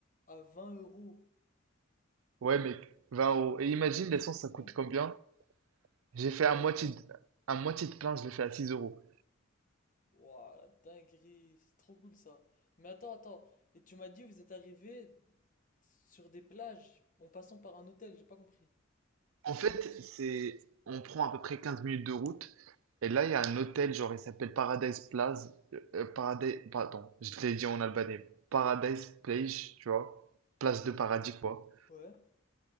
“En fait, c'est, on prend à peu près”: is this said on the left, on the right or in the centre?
Right